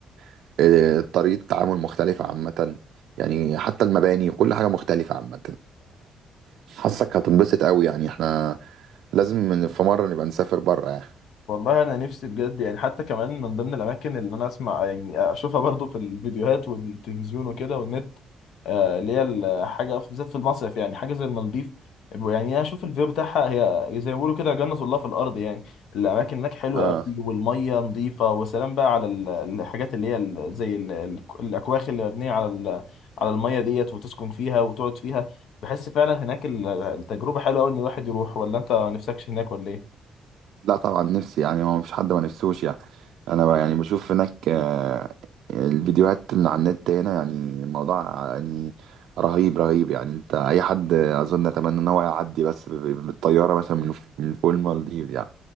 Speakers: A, on the right; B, on the left.
A: وطريقه تعامل مختلفه عامه يعني حتى المباني وكل حاجه مختلفه عامه فحاسك هتنبسط قوي يعني احنا لازم في مره نبقى نسافر برا يعني
B: والله انا نفسي بجد يعني حتى كمان من ضمن الاماكن اللي انا اسمع يعني اشوفها برضو في الفيديوهات والتلفزيون وكده والنت آه، اللي هي الحاجه في- بالذات في المصيف يعني حاجه زي المالديف يعني اشوف الفيو بتاعها هي زي ما بيقولوا كده جنة الله في الارض يعني الاماكن هناك حلوه
A: اه
B: قوي والميه نظيفه وسلام بقى على ال- الحاجات اللي هي ال- زي ال- ال- الاكواخ اللي مبنيه على ال- على الميه ديت وتسكن فيها وتقعد فيها بحس فعلا هناك ال- التجربه حلوه قوي ان الواحد يروح ولا انت ما نفسكش هناك ولا
A: لا طبعا نفسي يعني هو مفيش حد ما نفسوش يعني انا بقى يعني بشوف هناك آه، الفيديوهات من على النت هنا يعني الموضوع يعني رهيب رهيب يعني انت اي حد اظن اتمنى ان هو يعدي بس ب- ب- بالطياره مثلا من ف- من فوق المالديف يعني